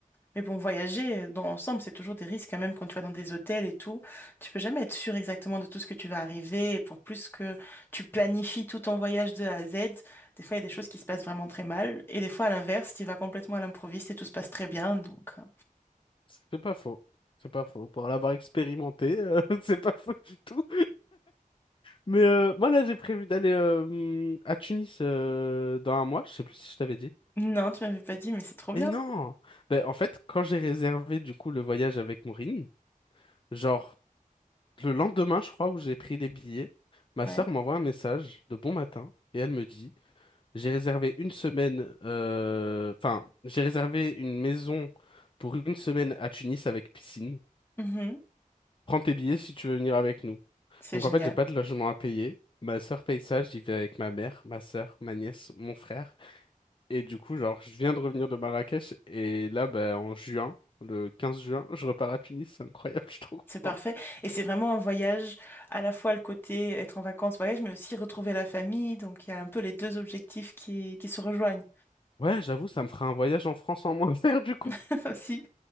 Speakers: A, on the left; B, on the left.
A: Mais bon, voyager euh, dans l'ensemble, c'est toujours des risques quand même quand tu vas dans des hôtels et tout. Tu peux jamais être sûr exactement de tout ce que tu vas arriver. Et pour plus que tu planifies tout ton voyage de A à Z, des fois, il y a des choses qui se passent vraiment très mal. Et des fois, à l'inverse, tu y vas complètement à l'improviste et tout se passe très bien. Donc, euh,
B: C'est pas faux. C'est pas faux. Pour l'avoir expérimenté, euh, <laughs> c'est pas faux du tout. Mais euh, moi, là, j'ai prévu d'aller euh, à Tunis euh, dans un mois. Je sais plus si je t'avais dit.
A: non, tu m'avais pas dit, mais c'est trop bien.
B: Mais non! Ben, en fait, quand j'ai réservé du coup le voyage avec Maureen, genre le lendemain, je crois, où j'ai pris les billets, ma
A: Ouais.
B: sœur m'envoie un message de bon matin et elle me dit, j'ai réservé une semaine, euh, enfin, j'ai réservé une maison pour une semaine à Tunis avec piscine.
A: Mhm.
B: Prends tes billets si tu veux venir avec nous.
A: C'est
B: Donc
A: génial.
B: en fait, j'ai pas de logement à payer. Ma sœur paye ça, j'y vais avec ma mère, ma sœur, ma nièce, mon frère. Et du coup, genre, je viens de revenir de Marrakech et là, bah, en juin, le 15 juin, je repars à Tunis. C'est incroyable, <laughs> je suis trop
A: C'est parfait.
B: content.
A: Et c'est vraiment un voyage, à la fois le côté être en vacances, voyage, mais aussi retrouver la famille. Donc, il y a un peu les deux objectifs qui, qui se rejoignent
B: Ouais, j'avoue, ça me fera un voyage en France en moins à faire du coup.
A: <laughs> aussi.